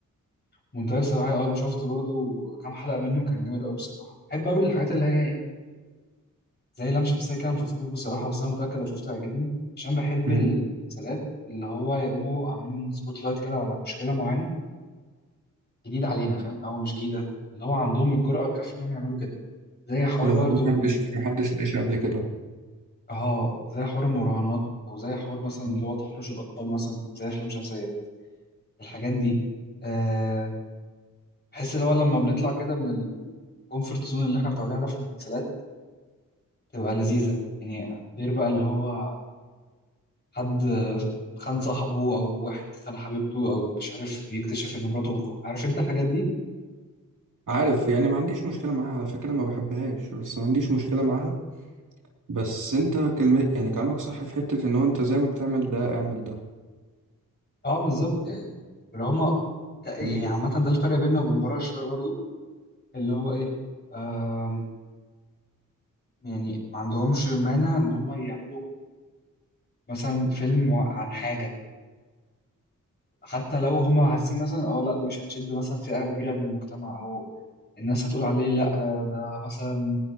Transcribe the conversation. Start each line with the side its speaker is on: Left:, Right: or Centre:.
Left: منتهي الصراحة اه انا شفت برضو كام حلقة منه كان جامد قوي بصراحة بحب قوي الحاجات اللي هي ايه زي لام شمسية كده ما شفتوش بصراحة بس انا متأكد لو شفته هيعجبني عشان بحب
Right: مم.
Left: المسلسلات اللي هو يقوموا عاملين سبوت لايت كده على مشكلة معينة جديدة علينا فاهم او مش جديدة اللي هو عندهم الجرأة الكافية انهم يعملوا كده زي حوار
Right: اللي
Left: برضو
Right: هو محدش محدش ناقشها قبل كده
Left: اه زي حوار المراهنات او زي حوار مثلا
Right: مم.
Left: اللي هو تحرش الاطفال مثلا زي افلام شمسية الحاجات دي أه بحس اللي هو لما بنطلع كده من الكومفورت زون اللي احنا متعودين عليها في المسلسلات تبقى لذيذة يعني غير بقى اللي هو حد خان صاحبه أو واحد خان حبيبته أو مش عارف يكتشف إن مراته بتخون عارف أنت الحاجات دي؟
Right: عارف يعني ما عنديش مشكلة معاها على فكرة ما بحبهاش بس ما عنديش مشكلة معاها بس انت كلمة يعني كلامك صح في حتة ان هو انت زي ما بتعمل ده اعمل ده
Left: أه بالظبط يعني اللي هما يعني
Right: مم.
Left: عامة ده الفرق بيننا وبين بره شوية برضو اللي هو إيه آم يعني ما عندهمش مانع إن هما يعملوا مثلا فيلم عن حاجة حتى لو هما حاسين مثلا اه لا دي مش هتشد مثلا فئة كبيرة من المجتمع او الناس هتقول عليه لا آه، ده مثلا